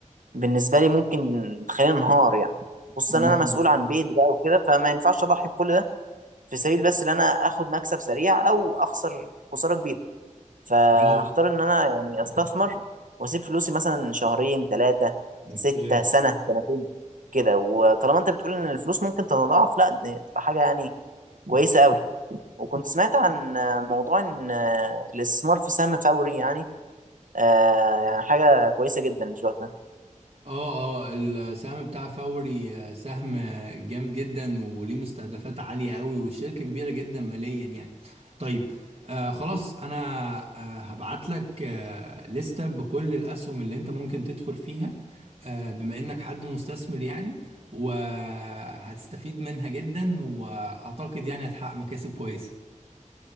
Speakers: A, on the right (about 75°); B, on the right (about 45°).
A: بالنسبه لي ممكن تخليني انهار يعني خصوصا
B: مم.
A: انا مسؤول عن بيت بقى وكده فما ينفعش اضحي بكل ده في سبيل بس ان انا اخد مكسب سريع او اخسر خساره كبيره فاختار
B: روم
A: ان انا يعني استثمر واسيب فلوسي مثلا شهرين ثلاثه
B: اوكي
A: سته سنه سنتين كده وطالما انت بتقول ان الفلوس ممكن تتضاعف لا دي تبقى حاجه يعني كويسه قوي وكنت سمعت عن موضوع ان الاستثمار في سهم فوري يعني آه، حاجه كويسه جدا في الوقت ده
B: اه اه السهم بتاع فوري آه، سهم جامد جدا وليه مستهدفات عالية قوي والشركة كبيرة جدا ماليا يعني طيب آه خلاص انا آه هبعت لك آه لستة بكل الاسهم اللي انت ممكن تدخل فيها آه بما انك حد مستثمر يعني وهتستفيد منها جدا واعتقد يعني هتحقق مكاسب كويسة